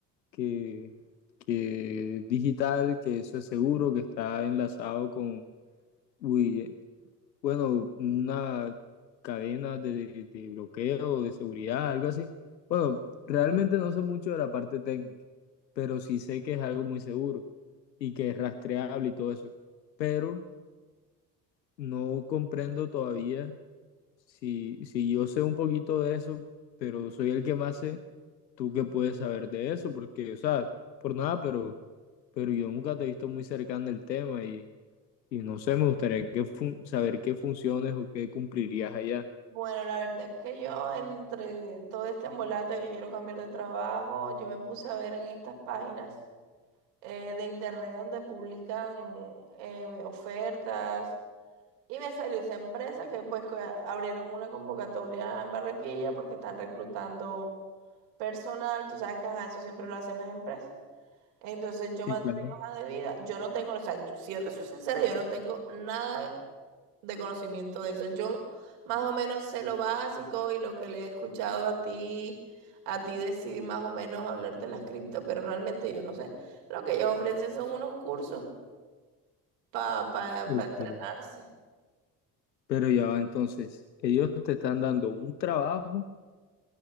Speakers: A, on the left; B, on the right.
A: que, que es digital, que eso es seguro, que está enlazado con, uy, bueno, una cadena de, de bloqueo, de seguridad, algo así. Bueno, realmente no sé mucho de la parte técnica, pero sí sé que es algo muy seguro y que es rastreable y todo eso. Pero no comprendo todavía si, si yo sé un poquito de eso, pero soy el que más sé, tú que puedes saber de eso, porque, o sea, por nada, pero, pero yo nunca te he visto muy cercano al tema y y no sé, me gustaría que fun- saber qué funciones o qué cumplirías allá.
B: Bueno, la verdad es que yo entre todo este embolate que quiero cambiar de trabajo, yo me puse a ver en estas páginas. eh, de internet donde publican eh, ofertas. Y me salió esa empresa que pues co- abrieron una convocatoria en Barranquilla porque están reclutando personal. Tú sabes que ajá, eso siempre lo hacen las empresas. Entonces yo mandé
A: Sí, claro.
B: mi hoja de vida. Yo no tengo, o sea, yo- si yo te soy sincera, yo no tengo nada de conocimiento de eso. Yo más o menos sé lo básico y lo que le he escuchado a ti, a ti decir más o menos hablar de las cripto, pero realmente yo no sé. Lo que ellos ofrecen son unos cursos para entrenarse.
A: Ok. Pero ya va entonces, ellos te están dando un trabajo